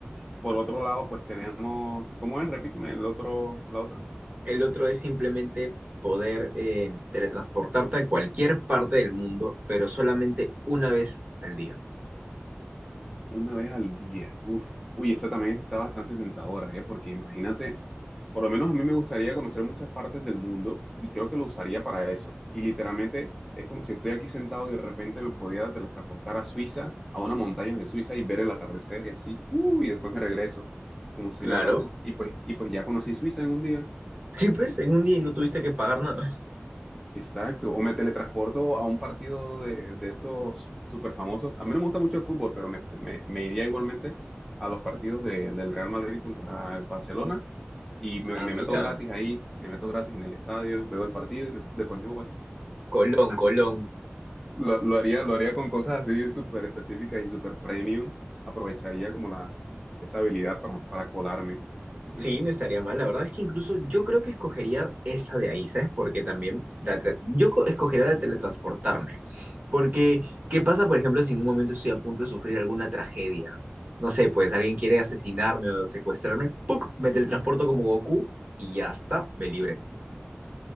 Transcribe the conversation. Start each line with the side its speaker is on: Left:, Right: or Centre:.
Centre: por otro lado, pues tenemos, ¿cómo es? Repíteme el otro, la otra.
Right: el otro es simplemente poder eh, teletransportarte a cualquier parte del mundo, pero solamente una vez al día.
Centre: Una vez al día. Uf. Uy, esa también está bastante tentadora, ¿eh? Porque imagínate, por lo menos a mí me gustaría conocer muchas partes del mundo y creo que lo usaría para eso. Y literalmente es como si estoy aquí sentado y de repente me podía teletransportar a Suiza, a una montaña de Suiza y ver el atardecer y así. Uy, y después me regreso como si
Right: Claro.
Centre: nada. Y pues, y pues ya conocí Suiza en un día
Right: Sí, pues, en un día y no tuviste que pagar nada.
Centre: Exacto, o me teletransporto a un partido de, de estos super famosos. A mí no me gusta mucho el fútbol, pero me, me- me iría igualmente a los partidos de- del Real Madrid contra el Barcelona y me,
Right: Ah,
Centre: me
Right: mira.
Centre: meto gratis ahí, me meto gratis en el estadio, veo el partido y me- después me voy.
Right: Colón, Colón.
Centre: Lo, lo haría, lo haría con cosas así súper específicas y súper premium. Aprovecharía como la, esa habilidad para, para colarme. <laughs>
Right: Sí, no estaría mal. La verdad es que incluso yo creo que escogería esa de ahí, ¿sabes? Porque también la tra- yo co- escogería la de teletransportarme. Porque, ¿qué pasa, por ejemplo, si en un momento estoy a punto de sufrir alguna tragedia? No sé, pues alguien quiere asesinarme o secuestrarme, ¡puc! Me teletransporto como Goku y ya está, me libre. <laughs>